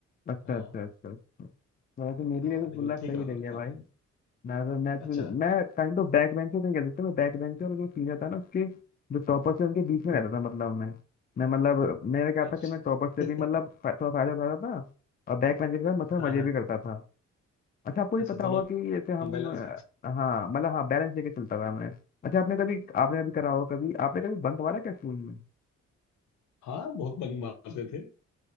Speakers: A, on the left (about 30°); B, on the left (about 75°).
A: अच्छा
B: हाँ
A: अच्छा अच्छा अच्छा वैसे मेरी
B: हाँ
A: वैसे स्कूल
B: लेकिन
A: लाइफ
B: ठीक
A: सही
B: रहा
A: रही
B: था मैं
A: है
B: काफी
A: भाई मैं तो मैं तो-
B: अच्छा
A: मैं काइंड ऑफ बैक बेंचर नहीं कह सकता मैं बैक बेंचर और जो सीनियर था ना उसके जो टॉपर से उनके बीच में
B: हम्म,
A: रहता था मतलब मैं मैं मतलब मेरा क्या
B: अच्छा
A: था कि मैं टॉपर से
B: <laughs>
A: भी मतलब फा- थोड़ा फायदा उठाता था और बैक बेंचर के साथ मतलब
B: हाँ
A: मजे
B: हाँ
A: भी करता था अच्छा आपको भी
B: अच्छा
A: पता
B: दोनों
A: होगा कि जैसे हम
B: बैलेंस
A: अ, हाँ मतलब हाँ बैलेंस लेके चलता था मैं अच्छा आपने कभी आपने अभी करा होगा कभी आपने कभी बंक मारा क्या स्कूल में
B: हाँ बहुत बंक मारते थे